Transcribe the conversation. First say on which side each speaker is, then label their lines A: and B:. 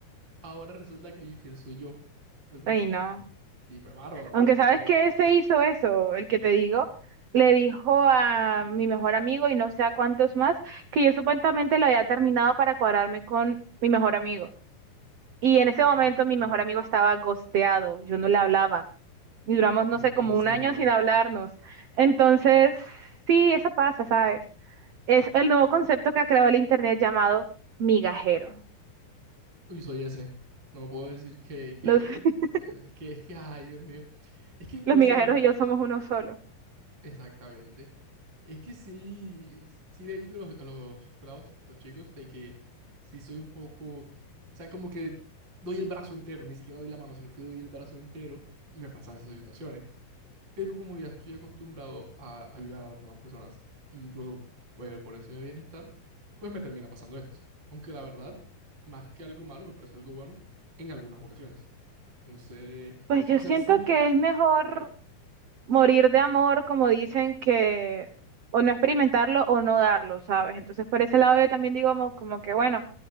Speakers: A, on the right (about 30°); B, on the right (about 70°).
A: ahora resulta que el infiel soy yo. Entonces,
B: Ay, no.
A: y fue bárbaro,
B: Aunque
A: bárbaro,
B: sabes que
A: bárbaro.
B: se hizo eso, el que te digo, le dijo a mi mejor amigo y no sé a cuántos más, que yo supuestamente lo había terminado para cuadrarme con mi mejor amigo. Y en ese momento
A: No te creo,
B: mi mejor amigo estaba gosteado, yo no le hablaba. Y duramos, no
A: no,
B: sé, como
A: en serio.
B: un año sin hablarnos. Entonces, sí, eso pasa, ¿sabes? Es el nuevo concepto que ha creado el internet llamado migajero.
A: Uy, soy ese. No puedo decir que, que,
B: Los, <laughs>
A: que, es que, es que, ay, Dios mío. Es que, no
B: los migajeros
A: sé,
B: y yo somos uno solo.
A: Exactamente. Es que sí, sí le he dicho a los, a los pelados, los chicos, de que sí soy un poco, o sea, como que doy el brazo entero, ni siquiera doy la mano, sino que doy el brazo entero y me pasan esas situaciones. Pero como ya estoy acostumbrado a ayudar a las demás personas, e incluso pues, por encima de bienestar, pues me termina pasando esto. Aunque la verdad, más que algo malo, me parece algo bueno en algunas ocasiones. Entonces,
B: Pues yo
A: o sea,
B: siento
A: sí,
B: que es mejor. morir de amor, como dicen que o no experimentarlo o no darlo, ¿sabes? Entonces, por ese lado yo también digo como, como que, bueno,